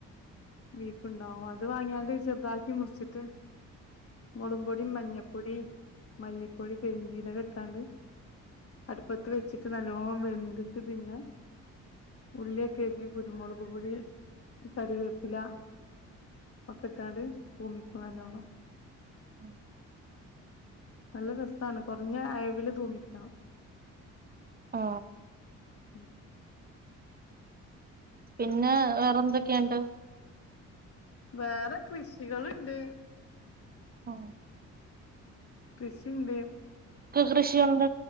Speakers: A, on the left; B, on the right.
A: ബീഫ് ണ്ടാവും അതെ അത് വാങ്ങിയാണ്ട് ചെറുതാക്കി മുറിച്ചിട്ട് മൊളുംപൊടി മഞ്ഞപ്പൊടി മല്ലിപ്പൊടി പെരിഞ്ചീരകംട്ടാണ്ട് അടുപ്പത്ത് വെച്ചിട്ട് നല്ലോണം വെന്തിട്ട് പിന്നെ ഉള്ളിയക്കെരിഞ്ഞ് കുരുമുളക്പൊടി കരിവേപ്പില ഒക്കെട്ടാണ്ട് ഭൂമിക്ക നല്ലോണം
B: ഉ
A: നല്ല രസാണ് കുറഞ്ഞ അയവില് തൂമ്പിക്കണം
B: ആ
A: ഉം
B: പിന്നെ വേറെന്തൊക്കെയുണ്ട്
A: വേറെ കൃഷികളുണ്ട്
B: ആ
A: കൃഷിണ്ട്
B: കൃഷിയുണ്ട്